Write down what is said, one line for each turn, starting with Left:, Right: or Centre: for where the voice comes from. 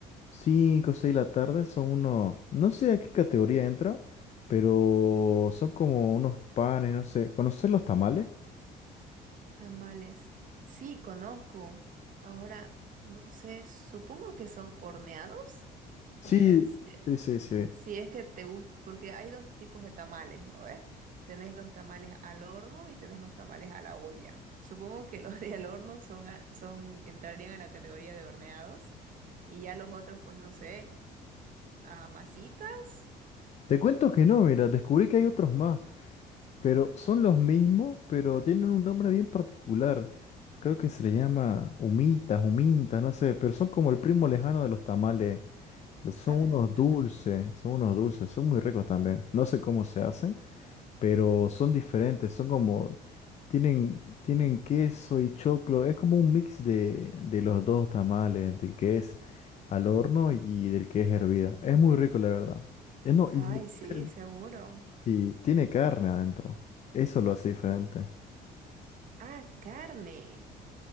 Left: 5 o 6 de la tarde son unos, no sé a qué categoría entra, pero son como unos panes, no sé. ¿Conocer los tamales?
Right: Tamales. Sí, conozco. Ahora, no sé, supongo que son horneados.
Left: Sí,
Right: Deben, s-
Left: sí, sí, sí.
Right: Si es que te gusta, porque hay dos tipos de tamales, ¿no ves? Tenés los tamales al horno y tenés los tamales a la olla. Supongo que <laughs> los de al horno son, a- son, entrarían a la categoría de horneados y ya los otros, pues no sé, a masitas.
Left: Te cuento que no, mira, descubrí que hay otros más. Pero son los mismos, pero tienen un nombre bien particular. Creo que se le llama humitas, humintas, no sé, pero son como el primo lejano de los tamales. Lo- Son
Right: Ah,
Left: unos dulces, son unos dulces, son muy ricos también. No sé cómo se hacen, pero son diferentes, son como, tienen, tienen queso y choclo, es como un mix de, de los dos tamales, del que es al horno y del que es hervida. Es muy rico, la verdad. Eh, no, inclusive
Right: ay, sí, seguro.
Left: Sí, tiene carne adentro. Eso lo hace diferente.
Right: Ah, carne.